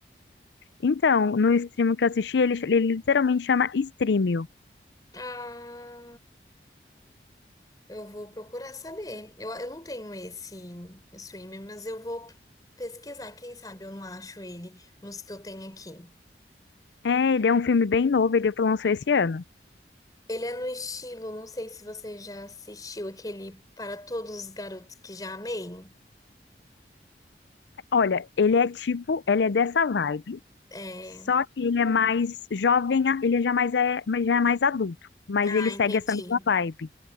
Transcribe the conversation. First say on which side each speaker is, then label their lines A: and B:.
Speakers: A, on the left; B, on the left.
A: Então, no stream que eu assisti, ele, ele literalmente chama Streamio.
B: Ah, Eu vou procurar saber. Eu, eu não tenho esse streaming, mas eu vou pesquisar. Quem sabe eu não acho ele nos que eu tenho aqui.
A: É, ele é um filme bem novo, ele lançou esse ano.
B: Ele é no estilo, não sei se você já assistiu aquele Para Todos os Garotos que Já Amei.
A: Olha, ele é tipo, ele é dessa vibe,
B: É...
A: só que ele é mais jovem, ele já mais é, já é mais adulto, mas
B: Ah,
A: ele segue
B: entendi.
A: essa mesma vibe.